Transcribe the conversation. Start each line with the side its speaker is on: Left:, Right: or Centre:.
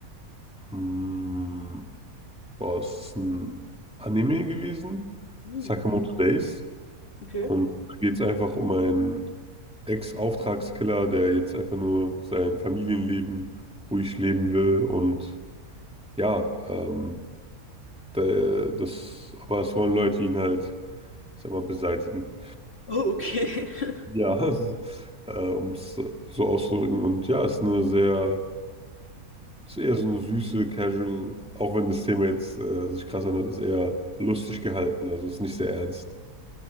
Centre: hm, Boah, es ist ein Anime gewesen,
Left: Hm,
Centre: Sakamoto Days.
Left: okay.
Centre: Und da geht es einfach um einen Ex-Auftragskiller, der jetzt einfach nur sein Familienleben ruhig leben will. Und ja, ähm, der, das, aber es wollen Leute ihn halt, ich sag mal, beseitigen.
Left: Oh, okay. <laughs>
Centre: Ja, <laughs> äh, um es so auszudrücken. Und ja, es ist eine sehr, es ist eher so eine süße, casual, auch wenn das Thema jetzt äh, sich krass anhört, ist eher lustig gehalten. Also ist nicht sehr ernst.